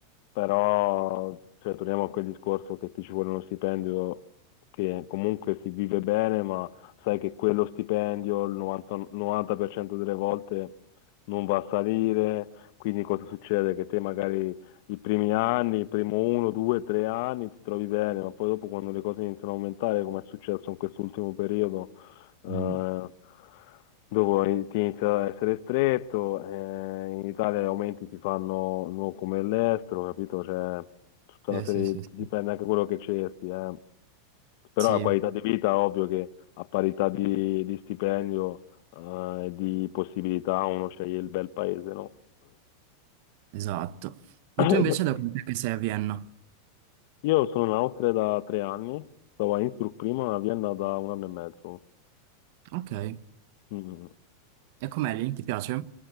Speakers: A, on the left; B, on the right.
A: però cioè, torniamo a quel discorso che ti ci vuole uno stipendio che comunque si vive bene, ma sai che quello stipendio il 90, 90% delle volte non va a salire, quindi cosa succede? Che te magari i primi anni, il primo uno, due, tre anni ti trovi bene, ma poi dopo quando le cose iniziano a aumentare, come è successo in quest'ultimo periodo, eh,
B: Mm.
A: dopo ti inizia ad essere stretto, eh, in Italia gli aumenti si fanno non come all'estero, capito? Cioè, tutta
B: Sì,
A: una serie,
B: sì, sì, sì.
A: dipende anche da quello che cerchi, eh. Però
B: Sì,
A: la qualità di vita, ovvio che a parità di, di stipendio eh, e di possibilità uno sceglie il bel paese, no?
B: esatto. Ma
A: <clears throat>
B: tu invece da quant'è che sei a Vienna?
A: Io sono in Austria da tre anni, stavo a Innsbruck prima, a Vienna da un anno e mezzo.
B: Ok.
A: Mm. mm, mm.
B: E com'è lì? Ti piace?